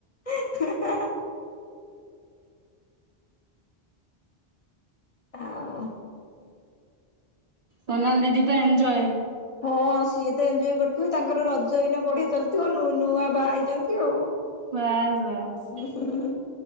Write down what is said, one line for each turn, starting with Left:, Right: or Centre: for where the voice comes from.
Left: ଏ ହେଁ ଆଉ।
Right: ସୋନାଲ ଦିଦି ତ ଏଞ୍ଜୋୟ୍।
Left: ହଁ ସିଏ ତ ଏଞ୍ଜୋୟ କରୁଥିବେ ତାଙ୍କର ରଜ ଏଇନା ବଢିଆ ଚାଲିଥିବ ନୂ-ନୂଆ। ବାହା ହେଇଛନ୍ତି ଆଉ ଉଁ
Right: ବାସ୍ ବାସ୍
Left: ହୁଁ ହୁଁ ହୁଁ।